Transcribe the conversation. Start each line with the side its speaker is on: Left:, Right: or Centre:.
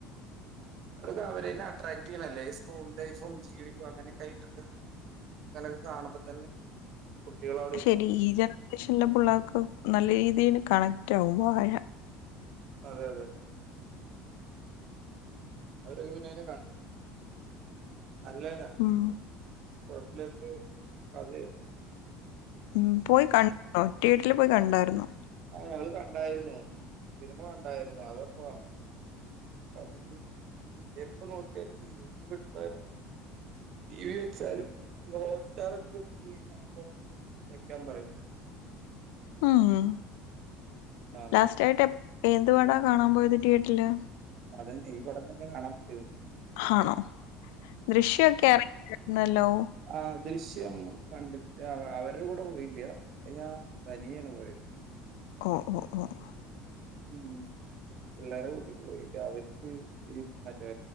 Right: അതൊക്കെ അവരേനെ അട്രാക്ട് ചെയ്യണല്ലേ ഈ സ്കൂൾ ലൈഫും ജീവിതവും അങ്ങനൊക്കെ ആയിട്ടുള്ള അങ്ങനെക്കെ കാണുമ്പം തന്നെ കുട്ടികൾ അവിടെ
Left: ശെരി
Right: ഇരിക്കും.
Left: ഈ ജനറേഷനിലെ പിള്ളേർക്ക് നല്ല രീതീല് കണക്റ്റാകും വാഴ
Right: അതെ അതെ അവരൊക്കെ പിന്നെ അയിനെ കണ്ട് നല്ലയിനാ
Left: ഉം
Right: കൊഴപ്പയില്ലാത്ത കഥയ്ണ്ട്
Left: ഉം പോയി കണ്ടോ തീയേറ്ററിൽ പോയി കണ്ടായിരുന്നോ?
Right: ആഹ് ഞങ്ങള് കണ്ടായിരുന്നു സിനിമ കണ്ടായിരുന്നു അതാപ്പം അതില് എപ്പ നോക്കിയാലും യൂട്യൂബ് എടുത്താലും ടി വി വെച്ചാലും ഈ ഹോട്ട് സ്റ്റാർ ഒക്കെ എടുത്ത് കഴിഞ്ഞാ അപ്പോ വെക്കാൻ പറയും
Left: ആഹ്
Right: ആ അങ്ങനെ
Left: ലാസ്റ്റായിട്ട് എപ് ഏത് പടവാ കാണാൻ പോയത് തീയേറ്ററില്
Right: അതന്നെ ഈ പടം തന്നെ കാണാൻ പോയത്
Left: ആണോ ദൃശ്യൊക്കെ എറങ്ങിയിരുന്നല്ലോ
Right: ആഹ് ദൃശ്യം കണ്ടിട്ട് അവ അവരുടെ കൂടെ പോയില്ലാ അത് ഞാൻ തനിയെയാണ് പോയത്
Left: ഓഹ് ഓഹ് ഓഹ്
Right: ഉം പിള്ളേരെ കൂട്ടിട്ട് പോയില്ല അവർക്ക് ഈ മറ്റേ